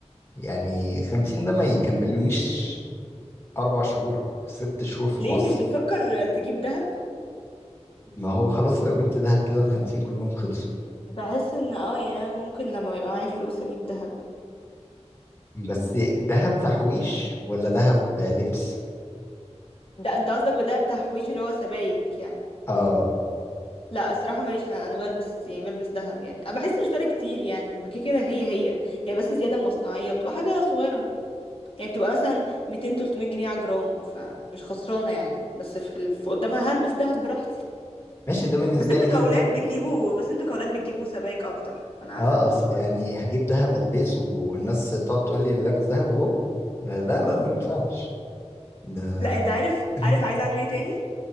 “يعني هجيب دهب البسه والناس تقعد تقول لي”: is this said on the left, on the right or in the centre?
Left